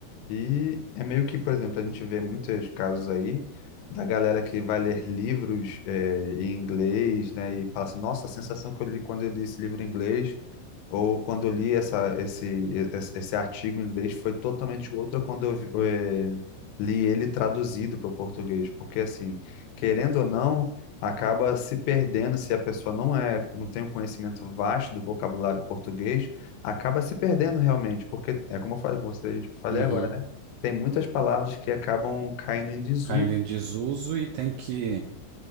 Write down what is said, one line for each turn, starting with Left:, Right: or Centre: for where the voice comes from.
Left: E é meio que, por exemplo, a gente vê muitos casos aí da galera que vai ler livros eh, em inglês, né, e fala assim, nossa, a sensação que eu li quando eu li esse livro em inglês, ou quando eu li essa, esse, e- esse, esse artigo em inglês foi totalmente outra quando eu vi- eh, li ele traduzido para o português, porque assim, querendo ou não, acaba se perdendo se a pessoa não é, não tem um conhecimento vasto do vocabulário português, acaba se perdendo realmente, porque é como eu falei, você, a gente- eu falei
Right: Uhum.
Left: agora, né? Tem muitas palavras que acabam caindo em desuso.
Right: Caindo em desuso e tem que